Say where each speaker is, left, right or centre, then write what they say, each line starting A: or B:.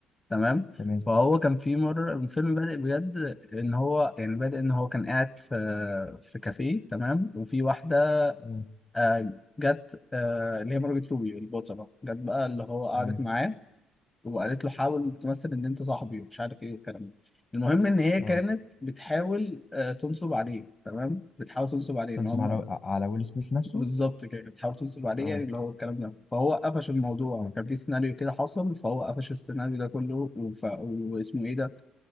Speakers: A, on the left; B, on the left.
A: تمام
B: تمام
A: فهو كان في مرة الفيلم بادئ بجد ان هو يعني بادئ ان هو كان قاعد في في كافيه تمام وفي واحدة
B: تمام
A: آه، جت آه، اللي هي مارجت روبي البطلة جت بقى اللي هو قعدت
B: تمام
A: معاه وقالت له حاول تمثل ان انت صاحبي ومش عارف ايه والكلام ده المهم ان هي
B: اه
A: كانت بتحاول آه، تنصب عليه تمام بتحاول تنصب عليه
B: تنصب
A: ان هم
B: على على ويل سميث نفسه
A: بالظبط كده كانت بتحاول تنصب عليه
B: اه
A: يعني اللي هو الكلام ده فهو قفش الموضوع
B: تمام
A: كان في سيناريو كده حصل فهو قفش السيناريو ده كله وف... واسمه ايه ده